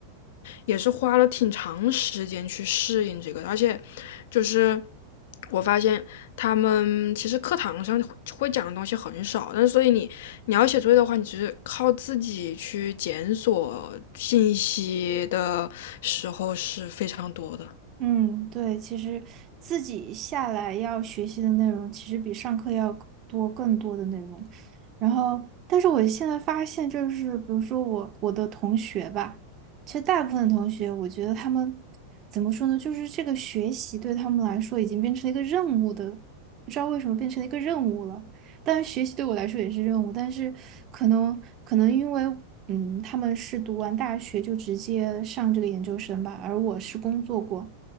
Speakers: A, on the left (about 55°); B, on the right (about 35°).
A: 也是花了挺长时间去适应这个，而且就是我发现他们其实课堂上会讲的东西很少，但是所以你你要写作业的话，你只是靠自己去检索信息的时候是非常多的。
B: 嗯，对，其实自己下来要学习的内容，其实比上课要多更多的内容。然后，但是我现在发现，就是比如说我我的同学吧，其实大部分同学，我觉得他们怎么说呢，就是这个学习对他们来说已经变成了一个任务的，不知道为什么变成了一个任务了。但是学习对我来说也是任务，但是可能可能因为嗯，他们是读完大学就直接上这个研究生吧，而我是工作过。